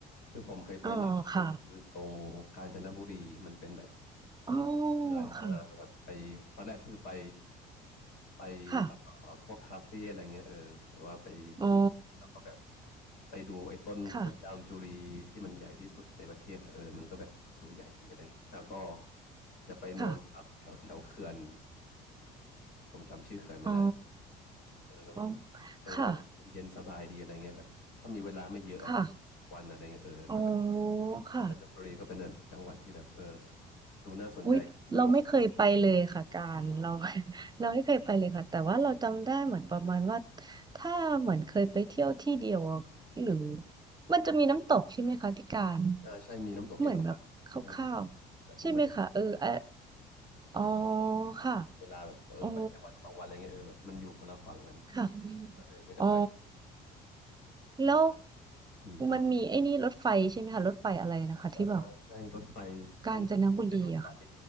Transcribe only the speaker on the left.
คือผมเคยไปล่าสุดก็คือตรงกาญจนบุรีมันเป็นแบบ
เขื่อนอ่าแบบไปตอนแรกคือไป
ไปเอ่อพวกคาเฟ่อะไรเงี้ยเออแบบว่าไปชิวแล้วก็แบบ
ไปดูไอ้ต้นต้นจามจุรีที่มันใหญ่ที่สุดในประเทศอะเออมันก็แบบดูใหญ่ดีอะไรเงี้ยแล้วก็
จะไปนอนพักแถวแถวเขื่อน
ผมจำชื่อเขื่อนไม่ได้
เออ
มันก็แบบเย็นสบายดีอะไรเงี้ยแบบถ้ามีเวลาไม่เยอะแบบ
วันอะไรเงี้ยเออก็แบบ
อาจารย์บุรีก็เป็นแบบจังหวัดที่แบบเออดูน่าสนใจดีสงบ
อืม
อ่าใช่มีน้ำตกเอราวัณใช่น้ำตกเอราวัณแต่ผมไม่ได้ไป
ใช่
เวลาแบบเออไปแค่วันสองวันอะไรเงี้ยเออแบบมันอยู่คนละฝั่งกัน
ก็เลยไม่ได้ไป
อืมครับ
อ่าอ่าใช่รถไฟเส้นเส้นรถไฟ